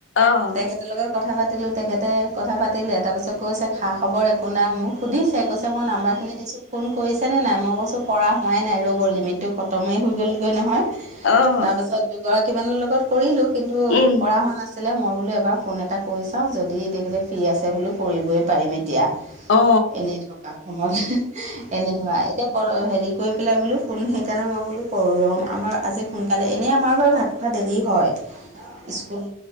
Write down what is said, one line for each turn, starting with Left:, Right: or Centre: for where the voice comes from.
Left: অ'
Right: তেখে <unintelligible> লগত কথা পাতিলোঁ। তেখেতে কথা পাতিলে। তাৰপিছত কৈছে খা-খবৰ একো নাই মোক সুধিছে। কৈছে মই নাম্বাৰখিনি দিছো ফোন কৰিছে নে নাই? মই কৈছো কৰা হোৱাই নাই ৰ'ব। লিমিটটো খতমেই হৈ গ'লগৈ নহয়।
Left: অ।
Right: তাছত দুগৰাকী মানৰ লগত কৰিলো। কিন্তু
Left: উম
Right: কৰা হোৱা নাছ লে মই বোলো এবা ফোন এটা কৰি চাওঁ। যদি তেখেতে ফ্ৰী আছে বোলো কৰিবই পাৰিম এত তিয়া
Left: অ'
Right: এনেই থকা সময় <unintelligible> এনেই থকা, এতিয়া হেৰি কৰি পেলাই বোলো ফোন সেইকাৰণে মই বোলো কৰোঁ ৰ। আমাৰ আজি সোনকালে এনেই আমাৰ বাৰু ভাত খোৱা দেৰি হয়। স্কুল